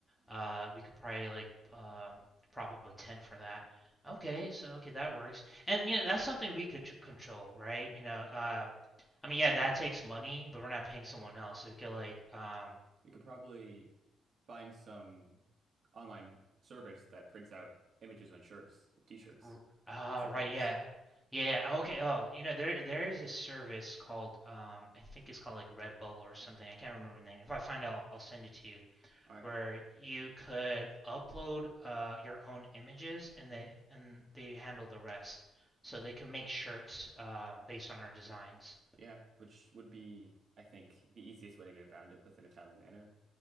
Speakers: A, in the centre; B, on the right (about 35°).
A: Uh, we could probably like um prop up a tent for that. Okay, so okay that works. And you know that's something we could tr- control, right? You know, uh, I mean yeah that takes money, but we're not paying someone else, so we could like um
B: We could probably find some online service that prints out images on shirts, t-shirts,
A: R- Ah,
B: sell
A: right,
B: those.
A: yeah. Yeah, yeah, okay. Oh, you know, there there is a service called um I think it's called like Redbubble or something. I can't remember the name. If I find out, I'll send it to you,
B: All right.
A: where you could upload uh your own images and they and they handle the rest. So they can make shirts uh based on our designs.
B: Yeah, which would be, I think, the easiest way to get around it within a timely manner.